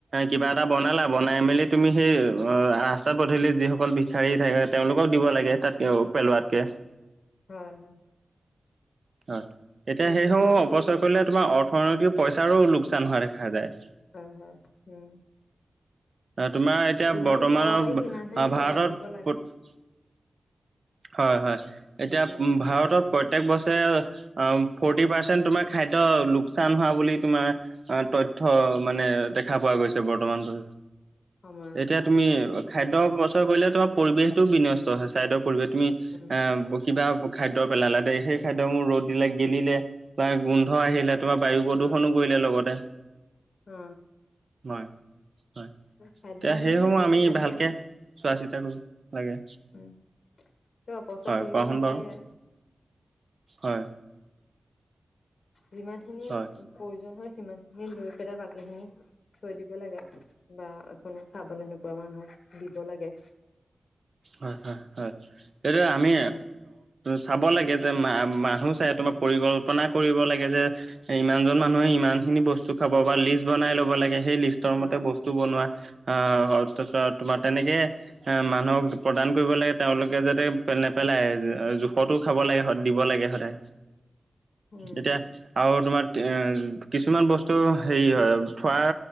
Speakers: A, on the right; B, on the left.
A: কিবা এটা বনালা বনাই মেলি তুমি সেই অ, ৰাস্তাত পধূলি যিসকল বিখাৰী থাকে। তেওঁলোকক দিব লাগে তাতক পেলোৱাতকে।
B: হয়, হয়।
A: হয় এতিয়া
B: প্ৰয়োজনৰ
A: সেইসমূহ অপচয়
B: প্ৰয়োজ
A: কৰিলে তোমাৰ অৰ্থনৈতিক পইচাৰো লোকচান হোৱা দেখা যায়।
B: হয়, হয়। উম,
A: তোমাৰ এতিয়া
B: যিমান
A: বৰ্তমানৰ
B: খাব পাৰি সিমানহে
A: ভাৰতত
B: ৰান্ধিব লাগে
A: হয় হয়, এতিয়া
B: যিমান
A: ভাৰতত প্ৰত্যেক বছৰ অ, ফৰ্টি পাৰ্চেণ্ট তোমাৰ খাদ্য লোকচান হোৱা বুলি তোমাৰ। আহ তথ্য মানে দেখা পোৱা গৈছে বৰ্তমান ত
B: সময়ত
A: এতিয়া
B: হয়
A: তুমি খাদ্য অপ্ৰচয় কৰিলে তোমাৰ পৰিৱেশ টো বিনষ্ট হয়। ছাইদৰ পৰিৱেশ তুমি
B: উম
A: এ কিবা খাদ্য পেলালে দেই, সেই খাদ্য মোৰ ৰ'দ দিলে গেলিলে বা গোন্ধ আহিলে। তোমাৰ বায়ু প্ৰদূষণো
B: অ
A: কৰিলে লগতে।
B: অ,
A: হয় হয়,
B: খাদ্যখিনি
A: এতিয়া সেইসমূহ
B: সেই
A: আমি
B: তেনেকে
A: ভালকে চোৱা চিতা কৰিব লাগে।
B: উম সেইটো অপচয়
A: হয়
B: কৰিব
A: কোৱাচোন
B: নালাগে
A: বাৰু হয়।
B: যিমান খিনি
A: হয়
B: প্ৰয়োজন হয়, সিমান খিনি লৈ পেলাই বাকীখিনি থৈ দিব লাগে বা অ, কোনো খাবলৈ নোপোৱা মানুহক দিব লাগে।
A: হয়, হয়, হয়, সেইটোৱে।
B: উম
A: আমি চাব লাগে যে মা মানুহ চাই তোমাক পৰিকল্পনা কৰিব লাগে যে ইমানজন মানুহে ইমান খিনি বস্তু খাব বা লিষ্ট বনাই ল'ব লাগে। সেই লিষ্টৰ মতে
B: অ
A: বস্তু বনোৱা, আহ' অ, তোমাৰ তেনেকেএ মানুহক প্ৰদান কৰিব লাগে। তেওঁলোকে যাতে নেপেলাই জোখ ফৰতো খাব লাগে দিব লাগে সদায়,
B: উম
A: এতিয়া আৰু তোমাৰ, কিছুমান বস্তু হেৰি হয়। থোৱাৰ